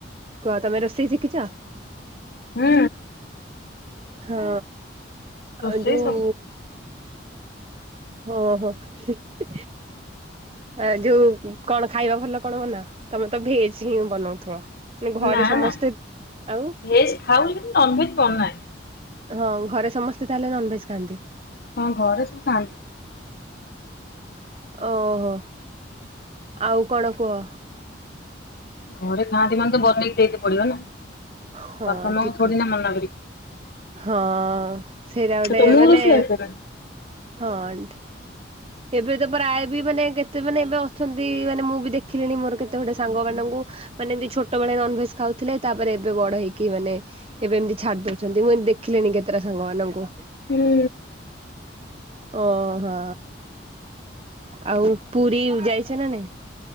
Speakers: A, on the right; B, on the left.
A: କୁହ ତମେ ରୋଷେଇ ଶିଖିଚ?
B: ହୁଁ।
A: ହଁ
B: ରୋଷେଇ
A: ଆ ଯୋଉ
B: ସବୁ
A: ହଁ ହଁ ହିଁ ହିଁ। ଆ ଯୋଉ କଣ ଖାଇବା ଭଲ କଣ ବନା ତମେ ତ ଭେଜ ହିଁ ବନଉଥିବ। ଘରେ
B: ନା
A: ସମସ୍ତେ
B: ନା
A: ଆଉ
B: ଭେଜ ଖାଉଛି କିନ୍ତୁ ନନଭେଜ ବନାଏ।
A: ହଁ ଘରେ ସମସ୍ତେ ତାହେଲେ ନନଭେଜ୍ ଖାଆନ୍ତି?
B: ହଁ ଘରେ ସବୁ ଖାଆନ୍ତି।
A: ଓହୋ ଆଉ କଣ କୁହ?
B: ଘରେ ଖାଆନ୍ତି ମାନେ ତ ବନେଇକି ଦେଇତେ ପଡିବ ନା!
A: ହଁ
B: ବାପା ମା
A: ଠିକ
B: ଙ୍କୁ ଥୋଡ଼ି
A: କଥା
B: ନା ମନା କରିବି।
A: ହଁ ସେଇଟା ଗୋଟେ
B: ତମକୁ
A: ମାନେ
B: ରୋଷେଇ ଆସେ ନା?
A: ହଁ। ଏବେ ତ ପ୍ରାୟ ବି ମାନେ କେତେ ମାନେ ଏବେ ଅଛନ୍ତି ମାନେ ମୁଁ ବି ଦେଖିଲିଣି ମୋର କେତେ ଗୁଟେ ସାଙ୍ଗ ମାନଙ୍କୁ ମାନେ ଏମିତି ଛୋଟ ବେଳେ ନନ୍ଭେଜ୍ ଖାଉଥିଲେ ତାପରେ ଏବେ ବଡ଼ ହେଇକି ମାନେ ଏବେ ଏମିତି ଛାଡ଼ି ଦଉଛନ୍ତି ମୁଁ ଏମିତି ଦେଖିଲିଣି କେତେଟା ସାଙ୍ଗମାନଙ୍କୁ।
B: ହୁଁ
A: ଓ ହଁ। ଆଉ ପୁରୀ ଯାଇଛ ନା ନାଇଁ?